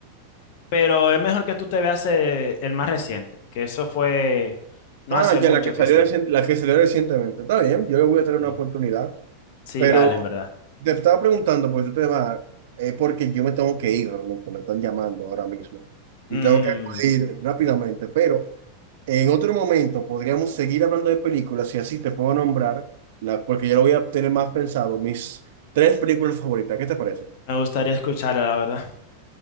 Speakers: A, on the left (about 45°); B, on the right (about 55°).
A: pero es mejor que tú te veas eh, el más reciente, que eso fue no
B: Ah,
A: hace
B: ya
A: mucho
B: la que
A: que
B: salió
A: salió.
B: recien- la que salió recientemente. Está bien, yo le voy a tener
A: Sí,
B: una oportunidad.
A: sí,
B: Pero
A: dale, en verdad.
B: te estaba preguntando por este tema, es porque yo me tengo que ir realmente, me están llamando ahora mismo y
A: Mm,
B: tengo que acudir rápidamente. Pero en otro momento podríamos seguir hablando de películas y así te puedo nombrar, la, porque ya lo voy a tener más pensado, mis tres películas favoritas. ¿Qué te parece?
A: Me gustaría escucharla, la verdad.